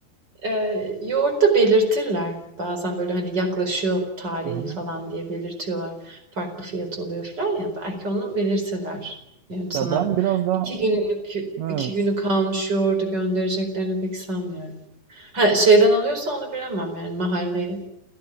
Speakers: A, on the right; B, on the right.
A: Eee, yoğurtta belirtirler. Bazen böyle hani yaklaşıyor tarihi
B: Aha.
A: falan diye belirtiyorlar. Farklı fiyat oluyor falan ya. Belki onu belirtirler. Yani sana
B: Ya ben biraz daha
A: iki günlük
B: evet.
A: iki günü kalmış yoğurdu göndereceklerini pek sanmıyorum. Ha, şeyden alıyorsa onu bilemem yani mahalle